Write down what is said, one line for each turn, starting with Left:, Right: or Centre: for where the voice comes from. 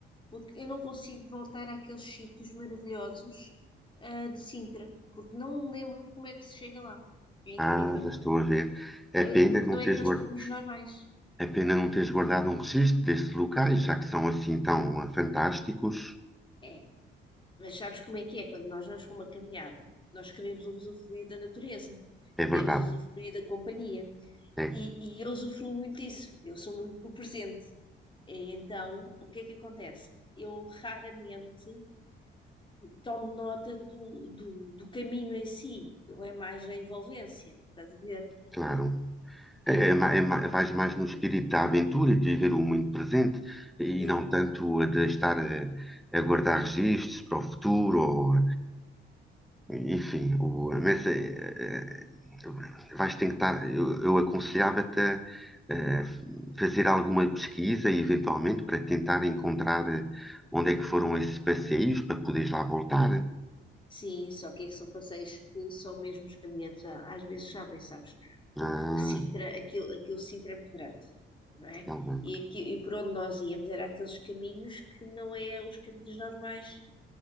Left: porque eu não consigo voltar àqueles sítios maravilhosos, ah, de Sintra, porque não me lembro como é que se chega lá. É incrível,
Centre: ah, já estou a ver. É
Left: Ah,
Centre: pena
Left: porque
Centre: não
Left: não
Centre: teres,
Left: é aqueles
Centre: guar-
Left: caminhos normais.
Centre: é pena não teres guardado um registro destes locais, já que são assim tão ah, fantásticos.
Left: É, mas sabes como é que é? Quando nós vamos para uma caminhada, nós queremos usufruir da natureza,
Centre: É
Left: queremos
Centre: verdade,
Left: usufruir da companhia.
Centre: é,
Left: E, e eu usufruo muito disso, eu sou muito no presente. E então, o que é que acontece? Eu raramente tomo nota do, do, do caminho em si, eu é mais a envolvência, estás a ver?
Centre: claro. É,
Left: E,
Centre: é, ma- é ma- vais mais no espírito da aventura e de viver o momento presente e
Left: e-
Centre: não tanto a de estar a, a guardar registros para o futuro ou Enfim, o, mas é, é, vais tentar. Eu, eu aconselhava-te a, eh, fazer alguma pesquisa, eventualmente, para tentar encontrar eh, onde é que foram esses passeios para poderes lá voltar.
Left: sim, só que é que são passeios que só mesmo os caminhantes a- às vezes sabem, sabes?
Centre: Ah,
Left: Porque Sintra, aquilo, aquilo Sintra é muito grande, não é?
Centre: tá bem.
Left: E, aqui, e por onde nós íamos era aqueles caminhos que não é os caminhos normais,